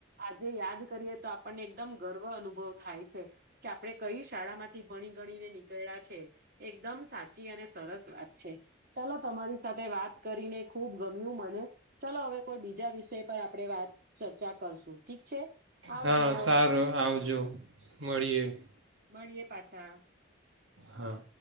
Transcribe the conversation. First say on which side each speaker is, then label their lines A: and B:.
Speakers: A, on the right (about 50°); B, on the right (about 80°).
A: આજે યાદ કરીએ તો આપણને એકદમ ગર્વ અનુભવ થાય છે, કે આપણે કઈ શાળા માંથી ભણી ગણીને નીકળ્યા છે, એકદમ સાચ સરસ વાત છે, ચાલો તમારી સાથે વાત કરીને ખુબ ગમ્યું મને, ચલો હવે કોઈ બીજા વિષય પર આપણે વાત ચર્ચા કરશું ઠીક છે, આવજો.
B: હા સારું આવજો. માળીએ.
A: મળીએે પાછા.
B: હા.